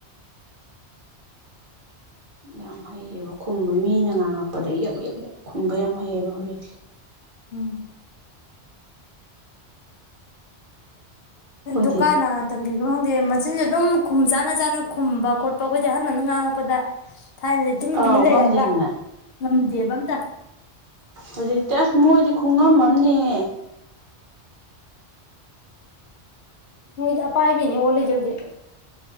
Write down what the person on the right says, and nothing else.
ꯌꯥꯝ ꯍꯩꯌꯦꯕ ꯈꯨꯝꯕ ꯃꯤꯅ ꯉꯥꯡꯉꯛꯄꯗ ꯌꯛ ꯌꯛ ꯈꯨꯝꯕ ꯌꯥꯝ ꯍꯩꯑꯕ ꯍꯧꯖꯤꯛꯁꯦ꯫
ꯑꯩꯈꯣꯏꯗꯤ
ꯑꯥꯎ
ꯉꯝꯗꯦꯗꯅ
ꯍꯧꯖꯤꯛꯇ ꯑꯁ ꯃꯣꯏꯗꯤ ꯈꯨꯉꯝ ꯑꯃꯅꯤꯍꯦ꯫